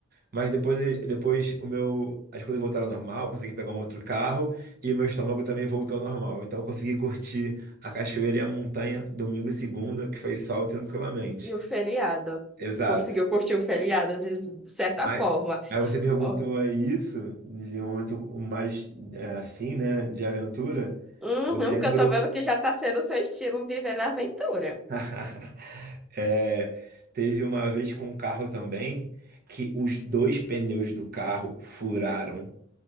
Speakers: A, on the right; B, in the centre.
A: Mas depois, depois o meu, as coisas voltaram ao normal, consegui pegar um outro carro e o meu estômago também voltou ao normal. Então eu consegui curtir a cachoeira e a montanha domingo e segunda, que foi sol tranquilamente.
B: e o feriado?
A: Exato.
B: Conseguiu curtir o feriado de, de certa
A: Mas,
B: forma?
A: aí você perguntou
B: Oh,
A: aí isso, de um momento mais é, assim, né, de aventura.
B: Uhum,
A: Eu lembro,
B: porque eu tô vendo que já tá sendo o seu estilo viver na aventura.
A: <laughs> é, teve uma vez com um carro também, que os dois pneus do carro furaram